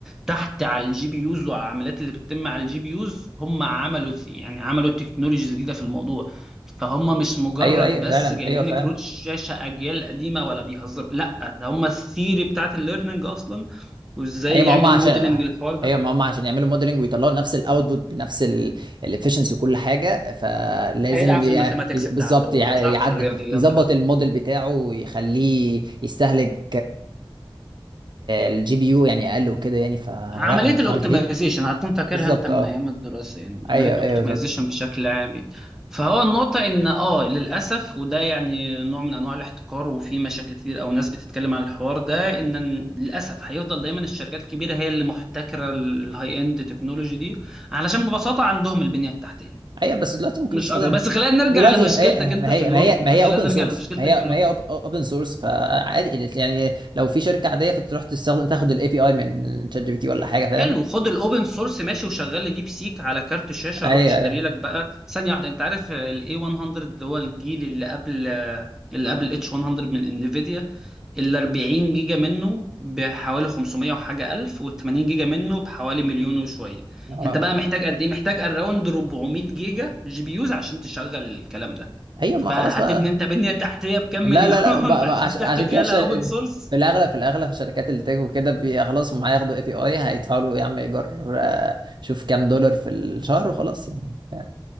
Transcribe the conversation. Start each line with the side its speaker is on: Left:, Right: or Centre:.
Centre: تحت على الجي بيوز وعلى العمليات اللي بتتم على الجي بيوز هم عملوا يعني عملوا تكنولوجيز جديده في الموضوع فهم مش مجرد
Right: ايوه ايوه
Centre: بس
Right: فعلا
Centre: جايبين
Right: ايوه فعلا
Centre: كروت شاشه اجيال قديمه ولا بيهزروا لا ده هم الثيري بتاعت الليرنينج اصلا وازاي
Right: هي ما
Centre: يعمل
Right: هم عشان
Centre: موديلنج الحوار ده
Right: هي ما هم عشان يعملوا موديلنج ويطلعوا نفس الاوتبوت بنفس الافشنسي وكل حاجه فلازم
Centre: هيلعب
Right: يع-
Centre: في الماثيماتكس
Right: يز- بالظبط
Centre: بتاعته وهتلعب
Right: يع- يعد
Centre: في الرياضيات
Right: يظبط
Centre: بتاعته
Right: الموديل بتاعه ويخليه يستهلك الجي بي يو يعني اقل وكده يعني فلا
Centre: عملية
Right: هو اشتغل
Centre: الاوبتمايزيشن
Right: كتير
Centre: هتكون فاكرها
Right: بالظبط
Centre: انت من
Right: اه
Centre: ايام الدراسة يعني
Right: ايوه
Centre: عملية الاوبتمايزيشن
Right: ايوه بالظبط
Centre: بشكل عام يعني. فهو النقطة ان اه للأسف وده يعني نوع من انواع الاحتكار وفي مشاكل كتير او ناس بتتكلم عن الحوار ده ان للأسف هيفضل دايما الشركات الكبيرة هي اللي محتكرة الهاي اند تكنولوجي دي علشان ببساطة عندهم البنية التحتية
Right: ايوه بس دلوقتي ممكن
Centre: مش
Right: تستخدم
Centre: اكتر بس خلينا نرجع
Right: دلوقتي
Centre: لمشكلتك
Right: هي-
Centre: انت
Right: ما
Centre: في
Right: هي
Centre: الويب
Right: ما هي ما هي
Centre: خلينا
Right: اوبن
Centre: نرجع
Right: سورس
Centre: لمشكلتك
Right: ما هي
Centre: في الويب
Right: ما هي اوبن سورس فعادي يعني لو في شركه عاديه فتروح تستخدم تاخد الاي بي اي من شات جي بي تي ولا حاجه فاهم
Centre: حلو خد الاوبن سورس ماشي وشغل لي ديب سيك على كارت شاشه
Right: ايوه
Centre: اروح اشتري
Right: ايوه
Centre: لك بقى ثانيه واحده انت عارف الاي 100 هو الجيل اللي قبل اللي قبل اتش 100 من انفيديا ال 40 جيجا منه بحوالي 500 وحاجه الف وال 80 جيجا منه بحوالي مليون وشويه
Right: اه
Centre: انت بقى محتاج قد ايه محتاج اراوند 400 جيجا جي بي يوز عشان تشغل الكلام ده
Right: ايوه ما
Centre: فهتبني
Right: خلاص بقى
Centre: انت بنيه تحتيه بكام
Right: لا
Centre: مليون
Right: لا لا بقى
Centre: <laughs> فعشان
Right: بقى عش...
Centre: تشغلها
Right: عشان كده شر...
Centre: اوبن سورس
Right: في الاغلب في الاغلب في شركات التك وكده بي... خلاص هم هياخدوا اي بي اي هيدفعوا له يا عم ايجار آه، شوف كام دولار في الشهر وخلاص يعني ف-